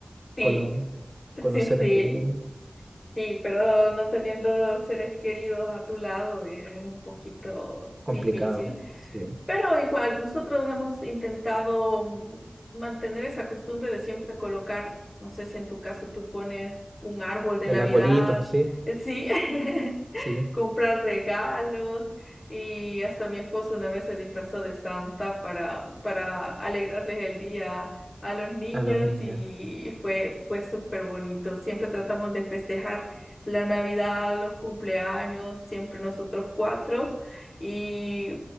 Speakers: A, on the left; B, on the right.
A: Sí,
B: con los, con
A: sí,
B: los seres
A: sí.
B: queridos. ¿no?
A: Sí, pero no teniendo seres queridos a tu lado es un poquito
B: Complicado,
A: difícil.
B: sí.
A: Pero igual, nosotros hemos intentado mm, mantener esa costumbre de siempre colocar, no sé si en tu caso tú pones un árbol de
B: El
A: Navidad,
B: arbolito, sí,
A: eh, sí, <laughs>
B: sí,
A: comprar regalos y hasta mi esposo una vez se disfrazó de Santa para, para alegrarles el día a los niños
B: a los niños.
A: y fue, fue súper bonito. Siempre tratamos de festejar la Navidad, los cumpleaños, siempre nosotros cuatro. Y